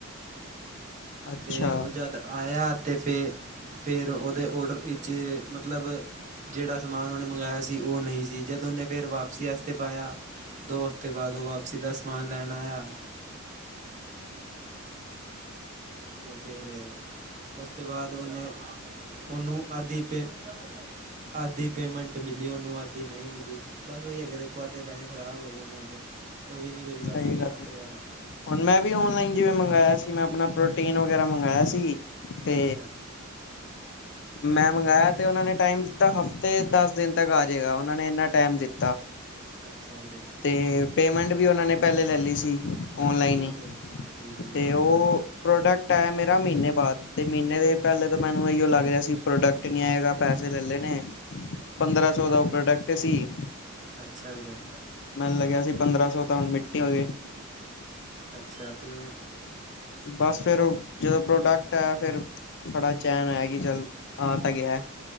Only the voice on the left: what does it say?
ਅੱਛਾ-ਅੱਛਾ
ਸਹੀ
ਗੱਲ
ਏ।
ਹੁਣ ਮੈਂ ਵੀ ਔਨਲਾਈਨ ਜਿਵੇਂ ਮੰਗਾਇਆ ਸੀ, ਮੈਂ ਆਪਣਾ ਪ੍ਰੋਟੀਨ ਵਗੈਰਾ ਮੰਗਾਇਆ ਸੀ। ਤੇ
ਮੈਂ ਮੰਗਾਇਆ ਤੇ ਉਹਨਾਂ ਨੇ ਟਾਈਮ ਦਿੱਤਾ, ਹਫ਼ਤੇ ਦੱਸ ਦਿਨ ਤੱਕ ਆਜੇਗਾ। ਉਹਨਾਂ ਨੇ ਇੰਨਾ ਟਾਈਮ ਦਿੱਤਾ।
ਤੇ ਪੇਮੈਂਟ ਵੀ ਉਹਨਾਂ ਨੇ ਪਹਿਲੇ ਲੈਲੀ ਸੀ। ਔਨਲਾਈਨ
ਈ
ਤੇ ਉਹ ਪ੍ਰੋਡਕਟ ਆਇਆ ਮੇਰਾ, ਮਹੀਨੇ ਬਾਅਦ। ਤੇ ਮਹੀਨੇ ਦੇ ਪਹਿਲੇ ਤੋਂ ਮੈਨੂੰ ਐਇਓ ਲੱਗ ਰਿਹਾ ਸੀ। ਪ੍ਰੋਡਕਟ ਨਹੀਂ ਆਏਗਾ, ਪੈਸੇ ਲੈਲੈ ਨੇ ਪੰਦਰ੍ਹਾਂ-ਸੌ ਦਾ ਉਹ ਪ੍ਰੋਡਕਟ ਸੀ।
ਮੈਨੂੰ ਲੱਗਿਆ ਸੀ, ਪੰਦਰਾਂ ਸੌ ਤਾਂ ਹੁਣ ਮਿੱਟੀ ਹੋਗੇ।
ਬਸ ਫੇਰ, ਜਦੋਂ ਪ੍ਰੋਡਕਟ ਆਇਆ ਫਿਰ ਥੋੜਾ ਚੈਨ ਆਇਆ ਕਿ ਚੱਲ, ਆ ਤਾਂ ਗਿਆ।